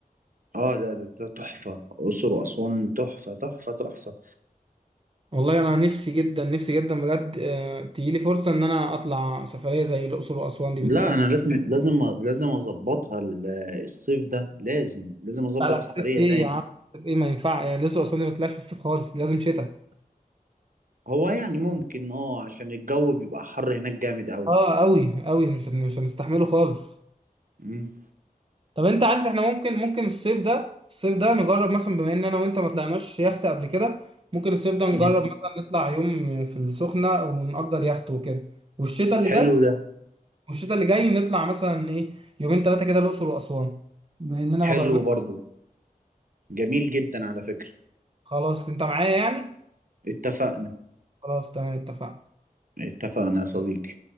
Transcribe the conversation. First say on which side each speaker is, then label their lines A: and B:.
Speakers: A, on the right; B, on the right.
A: اه لا ده ده تحفه الاقصر واسوان تحفه تحفه تحفه
B: والله أنا نفسي جدا نفسي جدا بجد آه، تجيلي فرصة إن أنا أطلع سفرية زي الأقصر وأسوان دي
A: لا
B: بالتحديد
A: انا لازم لازم لازم اظبطها ال- الصيف ده لازم لازم اظبط
B: لا لا
A: سفريه
B: في الصيف إيه
A: تاني
B: يا عم في الصيف إيه ما ينفع يعني الأقصر وأسوان دي ما تطلعش في الصيف خالص دي لازم شتاء
A: هو يعني ممكن اه عشان الجو بيبقى حر هناك جامد قوي
B: أه أوي أوي مش هن- مش هنستحمله خالص
A: امم
B: طب أنت عارف إحنا ممكن ممكن الصيف ده الصيف ده نجرب مثلا بما إن أنا وأنت ما طلعناش يخت قبل كده ممكن الصيف ده نجرب
A: امم
B: مثلا نطلع يوم في السخنة ونأجر يخت وكده والشتاء اللي
A: حلو
B: جاي
A: ده
B: والشتاء اللي جاي نطلع مثلا ايه يومين ثلاثه كده الاقصر واسوان بما اننا ما
A: حلو
B: جربناش
A: برضو جميل جدا على فكره
B: خلاص انت معايا يعني
A: اتفقنا
B: خلاص تمام اتفقنا
A: اتفقنا يا صديقي